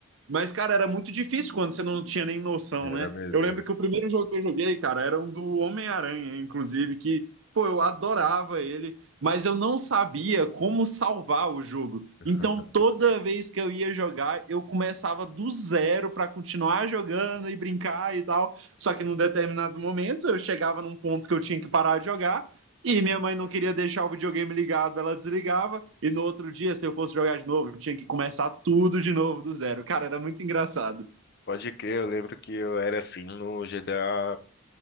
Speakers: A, on the right; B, on the left.
A: Mas, cara, era muito difícil quando você não tinha nem noção,
B: era
A: né?
B: mesmo,
A: Eu lembro
B: era.
A: que o primeiro jogo que eu joguei, cara, era um do Homem-Aranha, inclusive, que, pô, eu adorava ele, mas eu não sabia como salvar o jogo.
B: <laughs>
A: Então, toda vez que eu ia jogar, eu começava do zero pra continuar jogando e brincar e tal. Só que num determinado momento, eu chegava num ponto que eu tinha que parar de jogar. E minha mãe não queria deixar o videogame ligado, ela desligava. E no outro dia, se eu fosse jogar de novo, eu tinha que começar tudo de novo do zero. Cara, era muito engraçado.
B: Pode crer, eu lembro que eu era assim no GTA